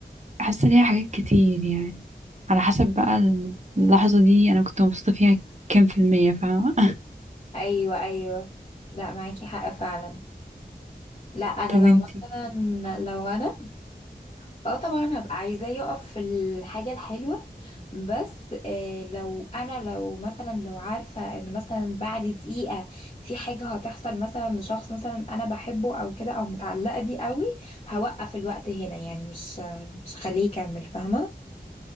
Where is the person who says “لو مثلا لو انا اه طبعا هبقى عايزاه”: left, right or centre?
Left